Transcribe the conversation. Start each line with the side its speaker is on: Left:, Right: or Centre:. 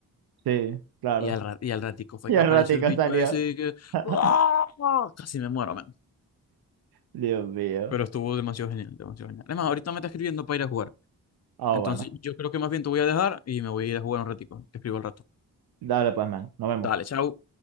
Right: Sí, claro.
Left: Y al, ra- y al ratico
Right: <laughs>
Left: fue
Right: Y
Left: que
Right: al
Left: apareció
Right: ratico
Left: el bicho
Right: salió.
Left: ese y que...
Right: <laughs>
Left: ¡Ah! Casi me muero, man.
Right: Dios mío.
Left: Pero estuvo demasiado genial, demasiado genial. Además, ahorita me está escribiendo para ir a jugar.
Right: Ah,
Left: Entonces,
Right: bueno.
Left: yo creo que más bien te voy a dejar y me voy a ir a jugar un ratico. Te escribo al rato.
Right: Dale pues, man. Nos vemos.
Left: Dale, chao.